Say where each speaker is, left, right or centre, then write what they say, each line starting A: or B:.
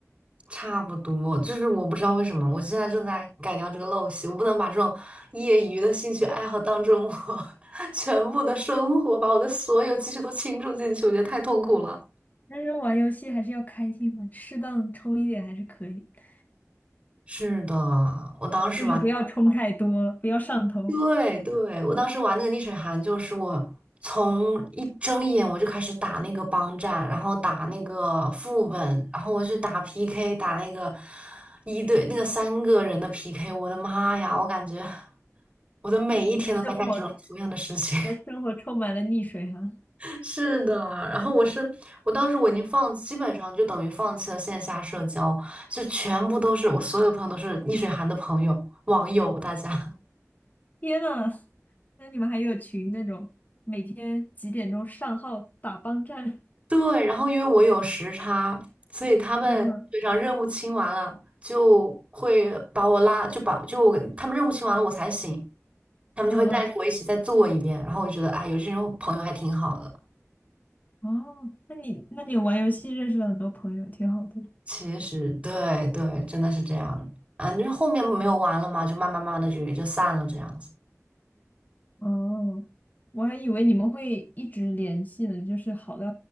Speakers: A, on the right (about 25°); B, on the left (about 35°).
A: 差不多，就是我不知道为什么，我现在正在改掉这个陋习，我不能把这种业余的兴趣爱好当成我 <laughs> 全部的生活，把我的所有积蓄都倾注进去，我觉得太痛苦了。
B: 但是玩游戏还是要开心嘛，适当充一点还是可以的
A: 是的，我当时玩。
B: 就是不要充太多，不要上头。
A: 对对，我当时玩那个逆水寒，就是我从一睁眼我就开始打那个帮战，然后打那个副本，然后我去打 PK，打那个一对那个三个人的 PK，我的妈呀，我感觉我的每一天都在干这种同样的事情。
B: 你的生活，你的生活充满了溺水哈！
A: <laughs> 是的，然后我是我当时我已经放，基本上就等于放弃了线下社交，就全部都是我所有的朋友都是逆水寒的朋友网友，大家。
B: 天呐，那你们还有群那种每天几点钟上号打帮战？
A: 对，然后因为我有时差，所以他们非常任务清完了，
B: 嗯嗯
A: 就会把我拉，就把就我他们任务清完了我才醒，他们就会带着我一起再做一遍。
B: 嗯
A: 然后我就觉得，哎，有这种朋友还挺好的。
B: 嗯，哦，那你那你玩游戏认识了很多朋友，挺好的。
A: 其实，对对，真的是这样的。啊，就是后面没有玩了嘛，就慢慢慢慢的就也就散了这样子。
B: 哦，我还以为你们会一直联系呢，就是好到